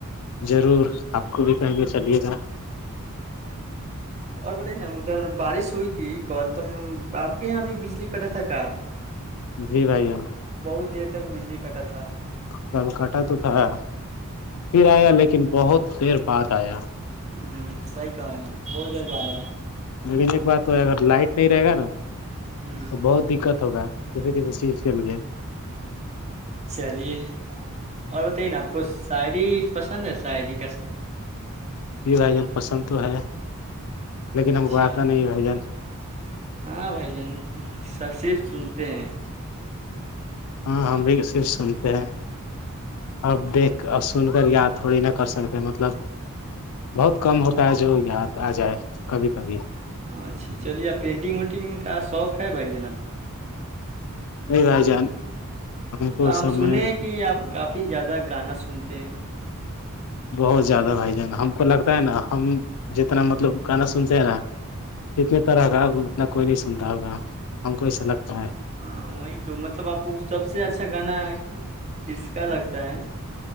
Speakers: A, on the left; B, on the right.
A: ضرور آپ کو بھی کہیں گے چلیے گا
B: اور بتائی نا ادھر بارش ہوئی تھی کل تم آپ کے یہاں بھی بجلی کٹا تھا کا
A: جی بھائییا
B: بہت دیر تک بجلی کٹا تھا
A: کل کٹا تو تھا پھر آیا لیکن بہت دیر بعد آیا
B: ہ سی کہ رہے ہیں بہت دیر بال ہےا
A: لیکن ایک بات تو اگر لائٹ نہیں رہے گا نا
B: ہ
A: تو بہت دقت ہوگا کسیے کسی چیز کے لیے
B: چلیے اور بتائیے نا آپ کو شعری پسند ہے شعری کا شوق
A: یہ بھائی جان پسند تو ہے لیکن ہم
B: اچھا
A: کو آتا نہیں یہ بھ جان
B: ہاں بھائی جان صرف سنتے ہیں
A: ہاں ہاں بھی ستے اب دیکھ اور سن کر یاد تھوڑی نہا کر سکتے پ مطلب بہت کم ہوتا ہے جو یاد آ جائے کبھی کبھی
B: اں اچھا چلیے پینٹنگ وینٹنگ کا شوق ہے بھائی جناب
A: نہیں رائے جان کو
B: ہم
A: سب
B: سنے
A: میں
B: ہیں کہ آپ کافی زیادہ گانا سنتے ہیں
A: بہت زیادہ بھائی جان ہم کو لگتا ہے نا ہم جتنا مطلب گانا سنتے ہیں نا جتنی طرح کا اتنا کوئی نہیں سنتا ہوگا ہم کو ایسا لگتا ہے
B: ہاں وہی تو مطلب آپ کو سب سے اچھا گانا کس کا لگتا ہے